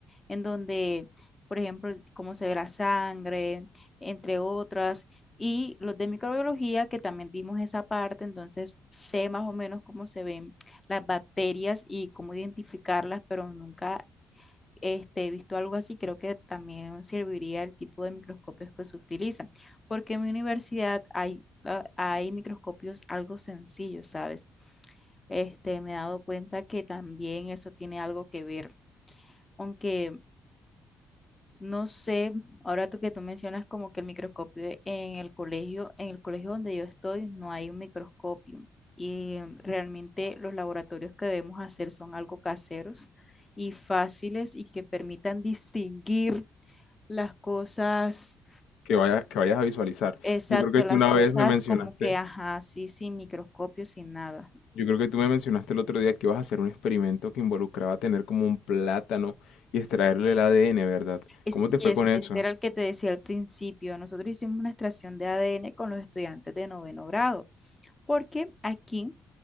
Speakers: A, on the left; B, on the left.
A: en donde, por ejemplo, cómo se ve la sangre, entre otras, y los de microbiología, que también dimos esa parte, entonces sé más o menos cómo se ven las bacterias y cómo identificarlas, pero nunca este, he visto algo así, creo que también serviría el tipo de microscopios que se utilizan, porque en mi universidad hay, ah, hay microscopios algo sencillos, ¿sabes? Este, me he dado cuenta que también eso tiene algo que ver, aunque no sé, ahora tú que tú mencionas como que el microscopio en el colegio, en el colegio donde yo estoy no hay un microscopio y realmente los laboratorios que debemos hacer son algo caseros y fáciles y que permitan distinguir las cosas,
B: Que vayas, que vayas a visualizar.
A: exacto,
B: Yo creo que tú
A: las
B: una
A: cosas
B: vez me mencionaste,
A: como que, ajá, sí, sin microscopio, sin nada.
B: yo creo que tú me mencionaste el otro día que ibas a hacer un experimento que involucraba tener como un plátano y extraerle el ADN, ¿verdad?
A: Es,
B: ¿Cómo
A: sí,
B: te
A: es,
B: fue con eso?
A: ese era el que te decía al principio. Nosotros hicimos una extracción de ADN con los estudiantes de noveno grado. porque aquí